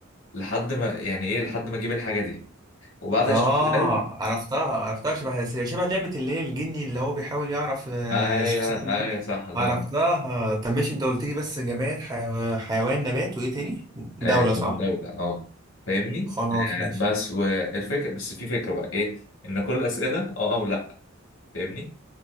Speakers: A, on the left (about 70°); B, on the right (about 20°).
A: لحد ما يعني إيه لحد ما أجيب الحاجة دي وبعد
B: اه
A: 20 سؤال
B: عرفتها عرفتها شبه شبه لعبة اللي هي الجني اللي هو بيحاول يعرف آه،
A: أيوه
B: الشخصية اللي
A: أيوه صح الله
B: عرفتها
A: ينور.
B: آه، طب ماشي انت قلت لي بس جماد حيو... حيوان نبات وايه تاني ودولة
A: آه دولة
B: صح
A: أه فاهمني
B: خلاص ماشي
A: آه بس والفكرة بس في فكرة بقى إيه إن كل الأسئلة أه أو لأ فاهمني